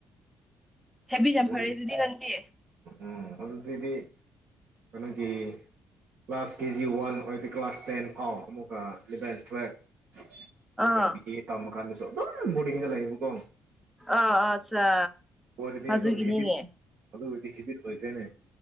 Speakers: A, in the centre; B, on the right.
A: ꯍꯦꯕꯤꯠ
B: ꯎꯝ
A: ꯌꯥꯝ ꯐꯔꯦ ꯑꯗꯨꯗꯤ ꯅꯪꯗꯤ
B: ꯎꯝ ꯑꯗꯨꯗꯤꯗꯤ ꯀꯩꯅꯣꯒꯤ ꯀ꯭ꯂꯥꯁ ꯀꯦ ꯖꯤ ꯋꯥꯟ ꯑꯣꯏꯔꯗꯤ ꯀ꯭ꯂꯥꯁ ꯇꯦꯟ ꯍꯥꯎ ꯑꯃꯨꯛꯀ ꯏꯂꯚꯦꯟ ꯇꯨꯋꯦꯜꯐ ꯑꯃꯨꯛꯀ
A: ꯑꯥ
B: ꯕꯤ ꯑꯦꯠ ꯇꯝꯃ ꯀꯥꯟꯗꯁꯨ ꯑꯗꯨ ꯕꯣꯔꯗꯤꯡꯒ ꯂꯩꯌꯦꯕꯀꯣ
A: ꯑꯥ ꯑꯠꯆꯥ
B: ꯑꯣꯏꯔꯗꯤ
A: ꯑꯗꯨꯒꯤꯅꯤꯅꯦ
B: ꯑꯗꯨꯝ ꯍꯤꯕꯤꯠ ꯑꯗꯨ ꯑꯣꯏꯔꯗꯤ ꯍꯤꯕꯤꯠ ꯑꯣꯏꯗꯣꯏꯅꯦ